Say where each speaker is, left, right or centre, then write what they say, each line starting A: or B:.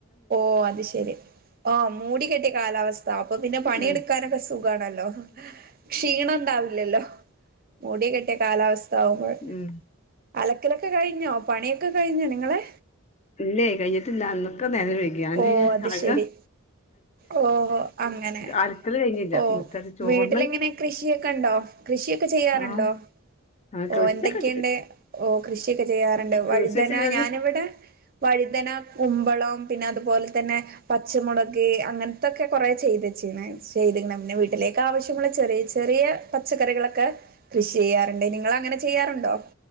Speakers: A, on the right; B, on the left.
A: ഓ അത് ശെരി ഓ മൂടികെട്ടിയ കാലാവസ്ഥ അപ്പൊ പിന്നെ പണിയെടുക്കാനൊക്കെ
B: ഉം
A: സുഖണല്ലോ ക്ഷീണം ഉണ്ടാവില്ലല്ലോ മൂടി കെട്ടിയ കാലാവസ്ഥ ആകുമ്പോള്
B: ഉം
A: അലക്കലൊക്കെ കഴിഞ്ഞോ പണിയൊക്കെ കഴിഞ്ഞോ നിങ്ങളെ
B: ഇല്ലേ കഴിഞ്ഞിട്ടില്ല ഇന്നൊക്കെ നേരം വൈകി ഞാൻ
A: ഓ അത്
B: അക
A: ശരി ഓഹോ അങ്ങനെ
B: അലക്കല് കഴിഞ്ഞില്ല
A: ഓ
B: മുറ്റടി ചോറിന്
A: വീട്ടില് എങ്ങനെ കൃഷിയൊക്കെ ഇണ്ടോ കൃഷിയൊക്കെ ചെയ്യാറുണ്ടോ
B: ആഹ് ആഹ്
A: ഓ
B: കുളിച്ചൊക്കെ
A: എന്തൊക്കെയുണ്ട് ഓ കൃഷിയൊക്കെ ചെയ്യാറുണ്ട്
B: കുളിച്ച്
A: വഴുതന
B: കഴിഞ്ഞാല്
A: ഞാന് ഇവിടെ വഴുതന കുമ്പളം പിന്നെ അതുപോലെ തന്നെ പച്ചമുളക് അങ്ങനത്തൊക്കെ കൊറെ ചെയ്തച്ചീന് ചെയ്ത്ക്ക്ണ് പിന്നെ വീട്ടിലേക്ക് ആവശ്യമുള്ള ചെറിയ ചെറിയ പച്ചക്കറികളൊക്കെ കൃഷി ചെയ്യാറുണ്ട് നിങ്ങള് അങ്ങനെ ചെയ്യാറുണ്ടോ